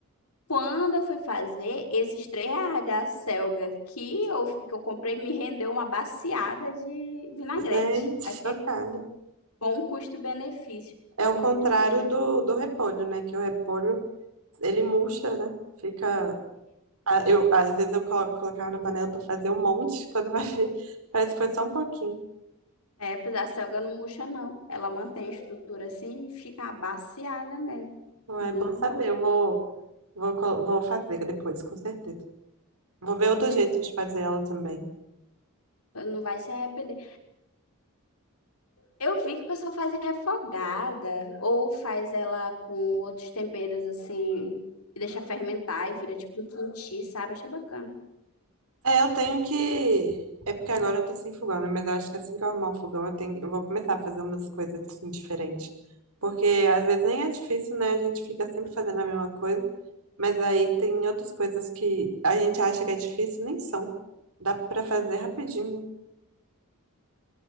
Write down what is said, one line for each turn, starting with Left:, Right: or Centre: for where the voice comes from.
Left: Quando eu fui fazer, esses três da Selga que eu, que eu comprei me rendeu uma baciada de vinagrete.
Right: gente,
Left: Aí fiquei
Right: chocada.
Left: bom custo-benefício
Right: É
Left: e
Right: o
Left: muito
Right: contrário
Left: bom.
Right: do, do repolho, né? Que o repolho, ele murcha, né? Fica. Ah, Eu, às vezes eu colo- colocava na panela para fazer um monte, <laughs> quando vai ver, <laughs> parece que foi só um pouquinho.
Left: É, pois a Selga não murcha, não. Ela mantém a estrutura assim e fica uma baciada mesmo.
Right: Então
Left: Muito
Right: é bom saber,
Left: bom.
Right: eu vou, vou, colo- vou fazer depois, com certeza. Vou ver
Left: Beleza.
Right: outro jeito de fazer ela também.
Left: Não vai se arrepender. Eu vi que o pessoal faz refogada ou faz ela com outros temperos assim e deixa fermentar e vira tipo um quinti, sabe? Achei bacana.
Right: É, eu tenho que. É porque agora eu tô sem fogão, né? Mas eu acho que assim que eu arrumar um fogão, eu tenho... eu vou começar a fazer umas coisas assim, diferentes. Porque às vezes nem é difícil, né? A gente fica sempre fazendo a mesma coisa. Mas aí tem outras coisas que a gente acha que é difícil, nem são. Dá pra fazer rapidinho. né?